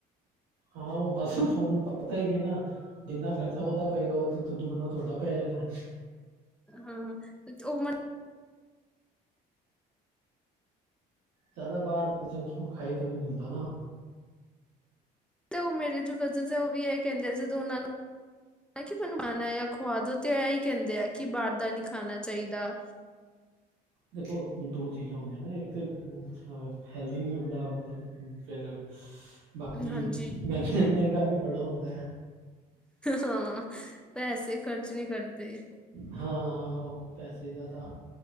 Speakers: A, on the right; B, in the centre.
A: ਹਾਂ, ਉਹ ਬੱਸ ਤੁਹਾਨੂੰ ਪਤਾ ਹੀਏ ਨਾ। ਜਿੰਨਾ ਖਰਚਾ ਉਹਦਾ ਪਏਗਾ, ਉਥੇ ਤੋ ਦੁਗਨਾ ਤੁਹਾਡਾ ਪੈ ਜਾਨੈ।
B: ਹਾਂ ਉਹ ਮ <unintelligible>
A: ਜ਼ਿਆਦਾ ਬਾਹਰ ਦਾ, ਜੰਕ ਫੂਡ ਖਾਈਦਾ ਵੀ ਨਹੀ ਹੁੰਦਾ ਨਾ।
B: 'ਤੇ ਉਹ, ਮੇਰੇ ਜੋ ਕਜ਼ਨ ਉਹ ਵੀ ਇਹ ਕਹਿੰਦੇ ਸੇ ਦੋਨਾਂ ਨੂ ਹੈ ਕਿ ਮੈਨੂੰ ਖਾਨਾ ਯਾ, ਖਆਦੋ ਤੇ ਐ ਹੀ ਕਹਿੰਦੇ ਐ 'ਕਿ ਬਾਹਰ ਦਾ ਨਹੀ ਖਾਨਾ ਚਾਹੀਦਾ।
A: ਦੇਖੋ, ਦੋ ਚੀਜ਼ਾਂ ਹੁੰਦੀਆਂ ਨੇ ਇੱਕ, ਤਾਂ ਹੈਲਦੀ ਨਹੀਂ ਹੁੰਦਾ ਮਤਲਬ ਫਿਰ ਬਾਕੀ
B: ਹਾਂਜੀ
A: ਮਹਿੰ ਮਹਿੰਗਾ ਵੀ ਬੜਾ ਹੁੰਦੈ।
B: ਹਾਂ, ਪੈਸੇ ਖ਼ਰਚ ਨੀ ਕਰਦੇ।
A: ਹਾਂ-ਹਾਂ, ਉਹ ਪੈਸੇ ਜ਼ਿਆਦਾ